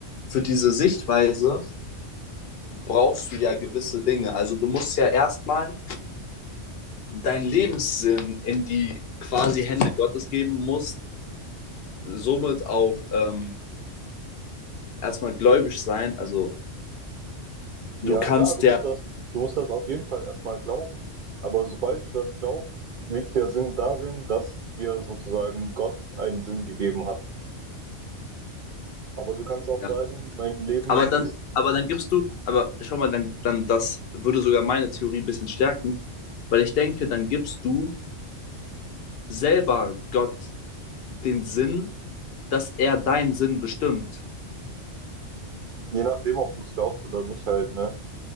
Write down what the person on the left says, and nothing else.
für diese Sichtweise brauchst du ja gewisse Dinge. Also du musst ja erstmal deinen Lebenssinn in die quasi Hände Gottes geben musst, somit auch ähm, erstmal gläubig sein. Also
du kannst
ja,
ja.
Aber dann,
aber dann gibst du, aber schau mal, dann, dann das würde sogar meine Theorie ein bisschen stärken, weil ich denke, dann gibst du selber Gott den Sinn, dass er deinen Sinn bestimmt.